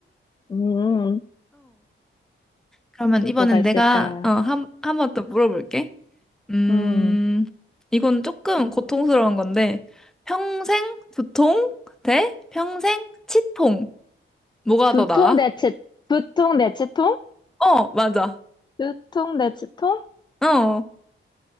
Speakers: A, on the left (about 20°); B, in the centre.
A: 음,
B: 그러면
A: 또
B: 이번엔
A: 뭐가 있을까?
B: 내가 어, 한, 한 번 더 물어볼게. 음,
A: 음,
B: 이건 조금 고통스러운 건데, 평생 두통 대 평생 치통. 뭐가
A: 두통
B: 더 나아?
A: 대체 두통 대체통?
B: 어, 맞아.
A: 두통 대체통?
B: 어.